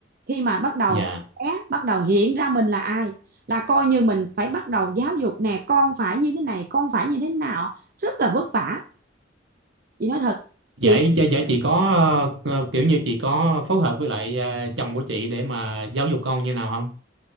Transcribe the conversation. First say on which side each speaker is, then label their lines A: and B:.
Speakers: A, on the right (about 50°); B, on the right (about 75°).
A: khi mà bắt đầu
B: dạ
A: bé bắt đầu hiện ra mình là ai là coi như mình phải bắt đầu giáo dục nè con phải như thế này con phải như thế nào rất là vất vả chị nói thật
B: Vậy
A: chị
B: vậy vậy chị có ờ, kiểu như chị có phối hợp với lại ờ, chồng của chị để mà giáo dục con như nào không?